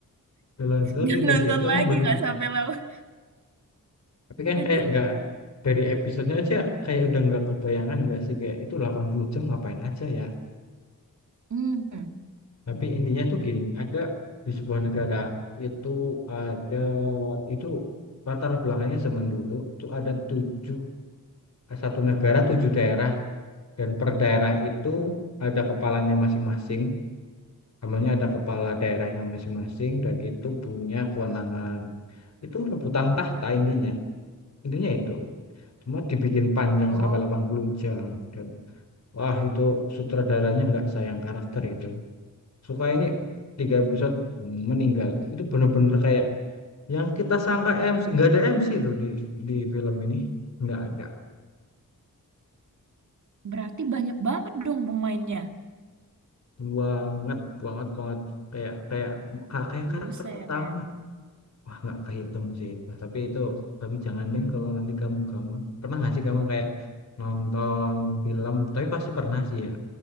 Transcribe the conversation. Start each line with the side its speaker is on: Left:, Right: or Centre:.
Left: udah langsung tapi
Right: nggak
Left: itu
Right: nonton
Left: sih itu emang
Right: lagi
Left: belum
Right: nggak sampai lawan
Left: tapi kan
Right: aduh
Left: kayak nggak dari episodenya aja kayak udah nggak kebayangan nggak sih kayak itu 80 jam ngapain aja ya
Right: hmm.
Left: tapi intinya tuh gini ada di sebuah negara itu ada itu latar belakangnya zaman dulu tuh ada tujuh satu negara tujuh daerah dan per daerah itu ada kepalanya masing-masing Namanya ada kepala daerahnya masing-masing dan itu punya kewenangan. Itu rebutan tahta intinya. Intinya itu. Cuma dibikin panjang
Right: oh
Left: sampai 80 jam. Dan wah itu sutradaranya nggak sayang karakter itu. Suka ini tiga episode meninggal. Itu bener-bener kayak yang kita sangka MC. Nggak ada MC tuh di, di film ini. Nggak ada.
Right: berarti banyak banget dong pemainnya
Left: Banget, banget, banget. Kayak kayak kayak
Right: buset
Left: karakter utama Wah, nggak kehitung sih itu. Tapi itu, tapi jangan deh kalau nanti kamu kamu pernah nggak sih kamu kayak nonton film? Tapi pasti pernah sih ya.